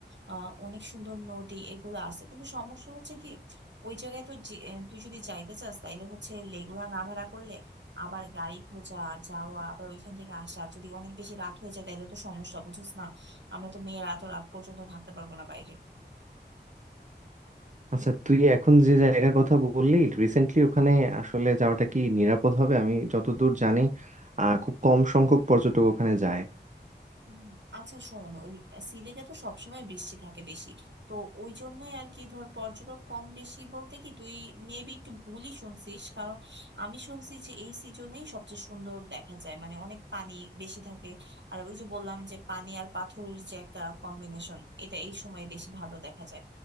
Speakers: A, on the right (about 80°); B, on the right (about 40°).
A: আহ অনেক সুন্দর নদী এগুলো আছে কিন্তু সমস্যা হচ্ছে কি ওই জায়গায় তো যে- আহ, তুই যদি যাইতে চাস তাইলে হচ্ছে লেগুনা না ভাড়া করলে আবার গাড়ি খোঁজা যাওয়া আবার ওইখান থেকে আসা যদি অনেক বেশি রাত হয়ে যায় তাইলে তো সমস্যা বুঝছিস না আমরা তো মেয়েরা তো রাত পর্যন্ত থাকতে পারবো না বাইরে
B: আচ্ছা তুই এখন যে জায়গার কথা বললি রিসেন্টলি ওখানে আসলে যাওয়াটা কি নিরাপদ হবে আমি যতদূর জানি আহ খুব কম সংখ্যক পর্যটক ওখানে যায়
A: হুম, আচ্ছা শোন ওই সিলেটে তো সবসময় বৃষ্টি থাকে বেশি তো ওই জন্যই আর কি ধর পর্যটক কম বেশি বলতে কি তুই মেবি একটু ভুলই শুনছিস কারণ আমি শুনছি যে এই সিজনেই সবচেয়ে সুন্দর দেখা যায় মানে অনেক পানি বেশি থাকে আর ওই যে বললাম যে পানি আর পাথরের যে একটা কম্বিনেশন এটা এই সময় বেশি ভালো দেখা যায়